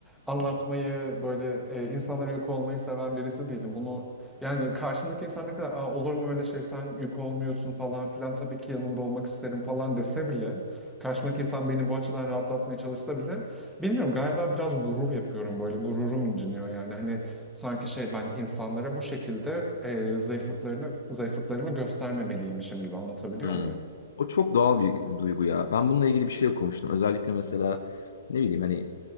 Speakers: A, in the centre; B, on the left (about 65°).
A: anlatmayı böyle eee, insanlara yük olmayı seven birisi değilim. Bunu yani karşımdaki insan ne kadar Aa, olur mu öyle şey sen yük olmuyorsun falan filan tabii ki yanında olmak isterim falan dese bile karşımdaki insan beni bu açıdan rahatlatmaya çalışsa bile bilmiyorum galiba biraz gurur yapıyorum böyle gururum inciniyor yani hani sanki şey ben insanlara bu şekilde eee, zayıflıklarını zayıflıklarımı göstermemeliymişim gibi anlatabiliyor
B: Hmm.
A: muyum?
B: O çok doğal bir duygu ya. Ben bununla ilgili bir şey okumuştum. Özellikle mesela ne bileyim hani